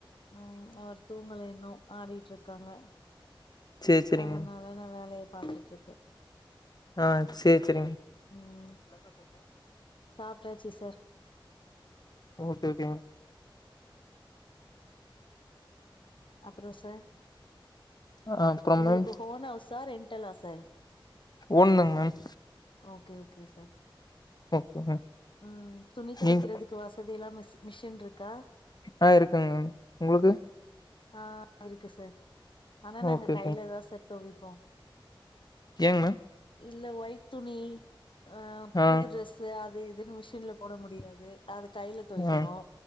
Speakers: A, on the left; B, on the left.
A: ம் அவர் தூங்கல இன்னு ஆடிட்டுருக்காங்க
B: சேரி சேரிங்க
A: அதனால
B: மேம்
A: நா வேலய பாத்துட்டுருக்கே
B: ஆ செரி செரிங்க
A: ம் சாப்டாச்சு <unintelligible>
B: ஓ கே ஓ கேங்
A: அப்றோ சார்
B: ஆ அப்புறம்
A: உங்களுக்கு
B: மேம்
A: ஓன் ஹௌசா ரெண்டலா சார்
B: ஓன்தாங்க ma'am
A: okay okay sir
B: okay ma'am
A: ம் துணி தோய்க்கிறதுக்கு
B: நீங்
A: வசதி எல்லா மிஷ் மிஷின்ட்ருக்கா
B: ஆ இருக்குங்க மேம் உங்ளுக்கு
A: ஆ இருக்கு சார் ஆனா நாங்க
B: ஓகே
A: கையில தா சார் தொவைப் போ
B: ஏங் மேம்
A: இல்ல ஒயிட் துணி அ
B: ஆ
A: புது டெர்ஸ்சு அ <unintelligible> மிஷின்ல போட முடியாது அது கைல தோய்க்கணு
B: ஆ